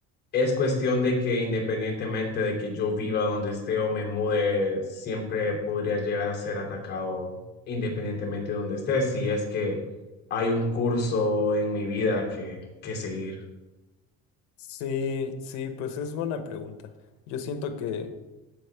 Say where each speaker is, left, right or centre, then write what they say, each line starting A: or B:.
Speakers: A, on the left; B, on the left.
A: es cuestión de que independientemente de que yo viva donde esté o me mude, siempre podría llegar a ser atacado independientemente de donde esté, si es que hay un curso en mi vida que, que seguir.
B: Sí, sí, pues es buena pregunta. Yo siento que